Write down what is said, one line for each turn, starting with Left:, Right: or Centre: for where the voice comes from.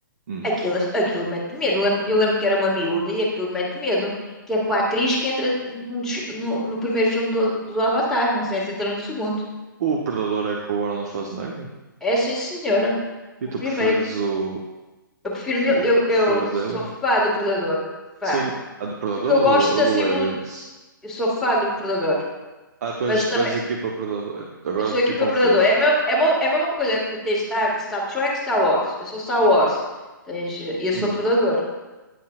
Right: Hum.
Centre: Aquilo, aquilo mete medo. Eu lembro, eu lembro que era uma miúda e aquilo mete medo. Que é com a atriz que entra num dos fi- no, no primeiro filme do, do Avatar, não sei se entra no segundo.
Right: O predador é com o Arnold Schwarzenegger?
Centre: É sim, senhora.
Right: E
Centre: O
Right: tu
Centre: primeiro.
Right: preferes o,
Centre: Eu prefiro mil,
Right: o
Centre: eu, eu
Right: preferes
Centre: sou
Right: Alien?
Centre: fã do Predador. Fã.
Right: Sim, a do Predador
Centre: Porque eu
Right: ou
Centre: gosto
Right: do,
Centre: da
Right: ou do
Centre: simbologia.
Right: Aliens?
Centre: Eu sou fã do Predador.
Right: Ah, tu
Centre: Mas
Right: és,
Centre: também.
Right: tu és a equipa Predador. Agora
Centre: Eu sou equipe
Right: fiquei confuso.
Centre: predador. É a mesma, é mo- é a mesma coisa que ter Star, Star Trek, Star Wars. Eu sou Star Wars. Tens, eh, eu sou
Right: Hum.
Centre: predador.